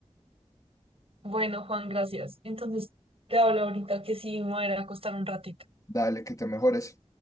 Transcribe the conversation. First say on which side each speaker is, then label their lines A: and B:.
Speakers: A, on the right (about 55°); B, on the left (about 30°).
A: Bueno, Juan, gracias. Entonces, te hablo ahorita que sí me voy a ir a acostar un ratito.
B: Dale, que te mejores.